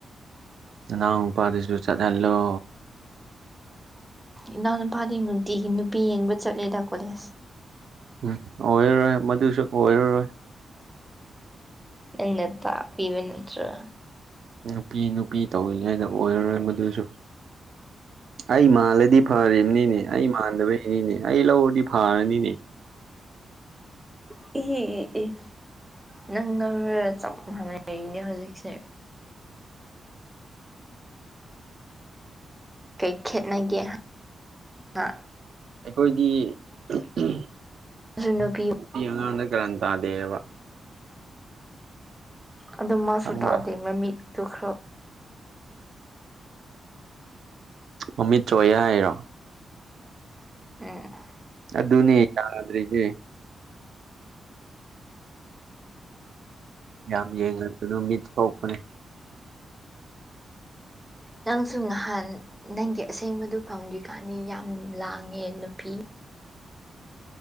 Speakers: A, on the right; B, in the centre.
A: ꯅꯅꯥꯎ ꯅꯨꯄꯥꯗꯨꯁꯨ ꯆꯠꯍꯜꯂꯣ
B: ꯏꯅꯥꯎ ꯅꯨꯄꯥꯗꯤ ꯅꯨꯡꯇꯤꯒꯤ ꯅꯨꯄꯤ ꯌꯦꯡꯕ ꯆꯠꯂꯦꯗ ꯀꯣꯂꯦꯖ
A: ꯎꯝ ꯑꯣꯏꯔꯔꯣꯏ ꯃꯗꯨꯁꯨ ꯑꯣꯏꯔꯔꯣꯏ
B: ꯅꯪꯅ ꯇꯥꯛꯄꯤꯕ ꯅꯠꯇ꯭ꯔꯥ
A: ꯅꯨꯄꯤ ꯅꯨꯄꯤ ꯇꯧꯔꯤꯉꯩꯗ ꯑꯣꯏꯔꯔꯣꯏ ꯃꯗꯨꯁꯨ ꯑꯩ ꯃꯥꯜꯂꯗꯤ ꯐꯔꯤꯝꯅꯤꯅꯦ ꯑꯩ ꯃꯥꯟꯗꯕꯩꯅꯤꯅꯦ ꯑꯩ ꯂꯧꯔꯗꯤ ꯐꯔꯅꯤꯅꯦ
B: <unintelligible> ꯅꯪ ꯂꯧꯔ ꯆꯞ ꯃꯥꯟꯅꯩꯔꯤꯅꯦ ꯍꯧꯖꯤꯛꯁꯦ ꯀꯩ ꯈꯦꯠꯅꯒꯦ ꯍꯥ
A: ꯑꯩꯈꯣꯏꯗꯤ ꯎꯝ ꯎꯝ
B: ꯖꯨ ꯅꯨꯄꯤꯌꯨ
A: ꯅꯨꯄꯤ ꯑꯉꯥꯡꯗ ꯀꯥꯔꯟ ꯇꯥꯗꯦꯕ
B: ꯑꯗꯨ ꯃꯥꯁꯨ
A: ꯈꯪꯕ꯭ꯔꯣ
B: ꯇꯥꯗꯦ ꯃꯃꯤꯠꯇꯨ ꯈꯔ
A: ꯃꯃꯤꯠ ꯆꯣꯏꯌꯦ ꯍꯥꯏꯔꯣ
B: ꯎꯝ
A: ꯑꯗꯨꯅꯤ ꯌꯥꯗ꯭ꯔꯤꯖꯤ ꯌꯥꯝ ꯌꯦꯡꯍꯟꯒꯅꯨ ꯃꯤꯠ ꯁꯣꯛꯄꯅꯦ
B: ꯅꯪꯁꯨ ꯉꯍꯥꯟ ꯅꯪꯒꯤ ꯑꯁꯦꯡꯕꯗꯨ ꯐꯪꯗ꯭ꯔꯤ ꯀꯥꯟꯗꯤ ꯌꯥꯝ ꯂꯥꯡꯉꯦ ꯅꯨꯄꯤ